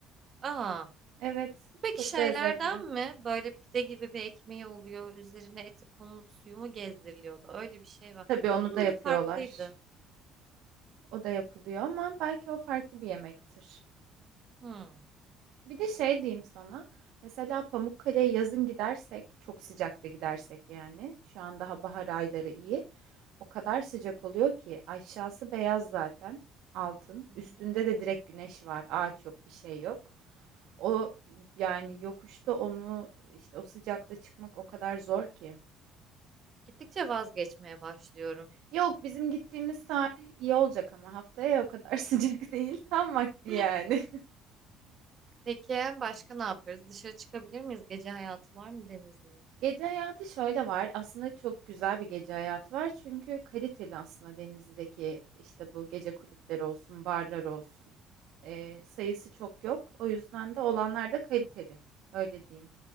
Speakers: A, on the right; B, on the right.
A: Aa,
B: Evet
A: peki
B: çok
A: şeylerden
B: lezzetli.
A: mi? Böyle pide gibi bir ekmeği oluyor. Üzerine eti konulup suyu mu gezdiriliyordu? Öyle bir şey var.
B: Tabii onu
A: Bunun
B: da yapıyorlar.
A: adı farklıydı.
B: O da yapılıyor ama belki o farklı bir yemektir.
A: Hmm.
B: Bir de şey diyeyim sana. Mesela Pamukkale'ye yazın gidersek, çok sıcakta gidersek yani. Şu an daha bahar ayları iyi. O kadar sıcak oluyor ki aşağısı beyaz zaten, altın.
A: Hı hı.
B: Üstünde de direkt güneş var. Ağaç yok, bir şey yok. O yani yokuşta onu işte o sıcakta çıkmak o kadar zor ki.
A: Gittikçe vazgeçmeye başlıyorum.
B: Yok bizim gittiğimiz tarih iyi olacak ama haftaya o kadar <laughs> sıcak değil. Tam vakti
A: <laughs>
B: yani.
A: Peki başka ne yaparız? Dışarı çıkabilir miyiz? Gece hayatı var mı denizin?
B: Gece hayatı şöyle var. Aslında çok güzel bir gece hayatı var. Çünkü kaliteli aslında Denizli'deki işte bu gece kulüpleri olsun, barlar olsun. Ee, sayısı çok yok. O yüzden de olanlar da kaliteli. Öyle diyeyim.